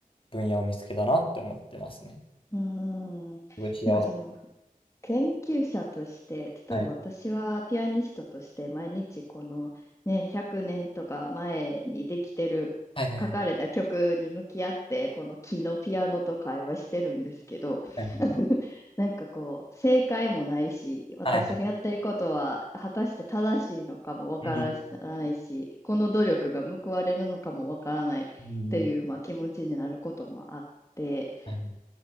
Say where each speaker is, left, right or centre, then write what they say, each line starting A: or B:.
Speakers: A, on the left; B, on the left.
A: 分野を見つけたなって思ってますね。
B: うん。
A: すごい幸せ。
B: なんかその、研究者として、例えば私はピアニストとして毎日このね、
A: はい。
B: 100年とか前にできてる、
A: はいはいはい。
B: 書かれた曲に向き合って、この木のピアノと会話してるんですけど、
A: はいはい。
B: <laughs> なんかこう、正解もないし、私がやってることは果たして正しいのかもわからないし、
A: はいはい
B: この努力が報われるのかもわからないっていう、
A: うん。
B: まあ、気持ちになることもあって、
A: はい、